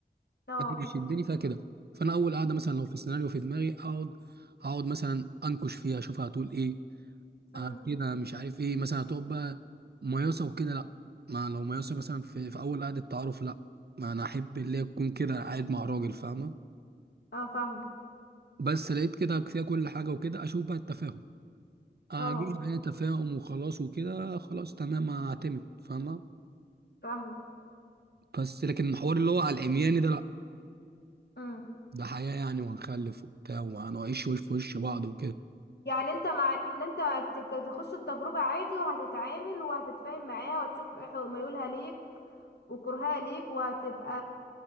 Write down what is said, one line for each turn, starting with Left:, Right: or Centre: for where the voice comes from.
Left: اه
Right: أنا بيشدني فيها كده فانا اول قاعده مثلا لو في سيناريو في دماغي اقعد اقعد مثلا انكش فيها اشوفها هتقول ايه
Left: امم
Right: آه كده مش عارف ايه مثلا هتقف بقى مياسة وكده لا ما لو مياسة مثلا في, في اول قعدة تعارف لا ما انا احب اللي هي تكون كده قاعد مع راجل فاهمة
Left: اه فاهمه
Right: بس لقيت كده فيها كل حاجة وكده اشوف بقى التفاهم آه،
Left: اه
Right: اجيب معايا تفاهم وخلاص وكده خلاص تمام هعتمد فاهمة
Left: فاهمه
Right: بس لكن الحوار اللي هو على العمياني ده لا
Left: امم
Right: ده حياة يعني وهنخلف وبتاع وهنعيش وش في وش بعض وكده
Left: يعني انت مع ان انت هتج- تخش التجربة عادي وهتتعامل وهتتفاهم معاها وتشوف ايه حو- ميولها ليك وكرهها ليك وهتبقى